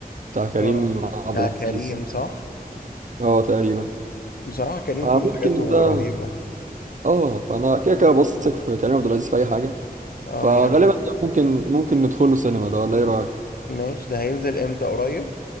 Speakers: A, on the right; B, on the left.
A: بتاع كريم
B: اه
A: عبد
B: بتاع
A: العزيز
B: كريم صح
A: اه تقريبا
B: بصراحة كريم
A: فممكن
B: كل حاجاته
A: ده
B: رهيبة
A: اه فانا كده كده بثق في كريم عبد العزيز في اي حاجه
B: اه
A: فغالبا
B: يعني
A: ده ممكن ممكن ندخله سينما ده ولا ايه رايك
B: ماشي ده هينزل امتى قريب